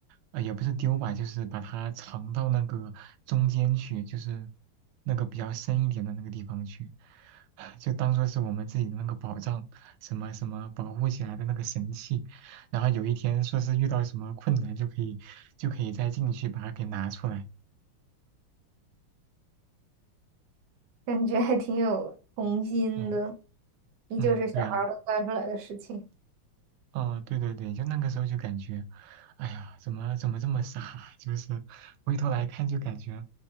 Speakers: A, on the right; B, on the right.
A: 呃，也不是丢吧，就是把它藏到那个中间去，就是那个比较深一点的那个地方去，<laughs> 就当做是我们自己的那个宝藏，什么什么保护起来的那个神器。然后有一天说是遇到什么困难就可以就可以再进去把它给拿出来。
B: 感觉还挺有童心的，
A: 嗯
B: 依旧是小孩儿会干出来的事情。
A: 嗯，对啊，嗯对对对，就那个时候就感觉，哎呀，怎么怎么这么傻啊？就是回头来看就感觉，